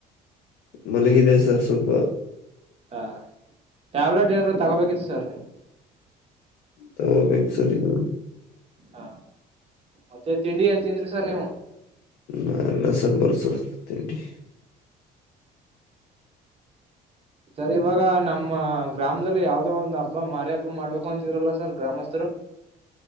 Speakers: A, on the left; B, on the right.
A: ಮಲಗಿದೆ ಸರ್ ಸ್ವಲ್ಪ
B: ಹಾ ಟ್ಯಾಬ್ಲೆಟ್ ಏನ ತಗೋಬೇಕಿತ್ತು ಸರ್
A: ತಗೋಬೇಕು ಸರ್ ಇವಾಗ
B: ಹಾ ಮತ್ತೆ ತಿಂಡಿ ಏನ್ ತಿಂದ್ರಿ ಸರ್ ನೀವು
A: ಅನ್ನ ಅನ್ನ ಸಾಂಬಾರ್ ಸರ್ ತಂಡಿ
B: ಸರ್ ಇವಾಗ ನಮ್ಮ ಗ್ರಾಮದಲ್ಲಿ ಯಾವ್ದೋ ಒಂದ್ ಹಬ್ಬ ಮಾರಿ ಹಬ್ಬ ಮಾಡ್ಬೇಕು ಅಂತರಲ್ಲ ಸರ್ ಗ್ರಾಮಸ್ಥರು